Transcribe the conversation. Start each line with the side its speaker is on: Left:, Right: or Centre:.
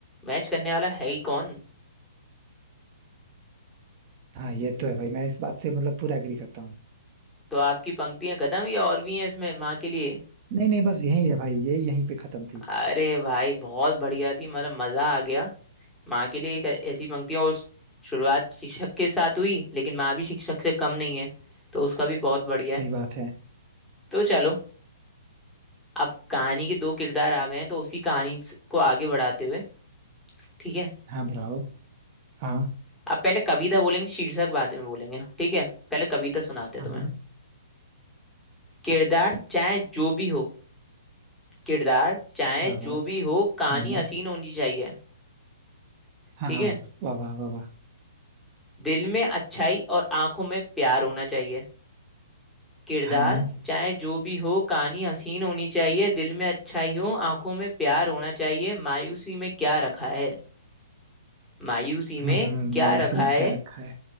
Centre: मैच करने वाला है ही कौन
Right: हाँ ये तो है भाई मैं इस बात से मतलब पूरा एग्री करता हूँ
Centre: तो आपकी पंक्तियां खत्म या और भी हैं इसमें माँ के लिए
Right: नहीं नहीं बस यही है भाई ये यहीं पे खत्म थी
Centre: अरे भाई बहुत बढ़िया थी मतलब मजा आ गया माँ के लिए एक ऐसी पंक्तियाँ और शुरुआत शिक्षक के साथ हुई लेकिन माँ भी शिक्षक से कम नहीं है तो उसका भी बहुत बढ़िया है
Right: सही बात है
Centre: तो चलो अब कहानी के दो किरदार आ गए हैं तो उसी कहानी स- को आगे बढ़ाते हुए ठीक है
Right: हाँ बढ़ाओ हाँ
Centre: अब पहले कविता बोलेंगे शीर्षक बाद में बोलेंगे ठीक है पहले कविता सुनाते हैं
Right: हाँ
Centre: तुम्हें किरदार चाहे जो भी हो किरदार चाहे
Right: वाह वाह
Centre: जो भी हो कहानी
Right: हाँ
Centre: हसीन होनी चाहिए
Right: हाँ
Centre: ठीक
Right: हाँ,
Centre: है
Right: वाह वाह वाह वाह
Centre: दिल में अच्छाई और आंखों में प्यार होना चाहिए किरदार
Right: हाँ
Centre: चाहे जो भी हो कहानी हसीन होनी चाहिए दिल में अच्छाई हो आंखों में प्यार होना चाहिए मायूसी में क्या रखा है मायूसी
Right: हम्म
Centre: में
Right: हम्म,
Centre: क्या
Right: भाई उसी
Centre: रखा
Right: में
Centre: है
Right: क्या रखा है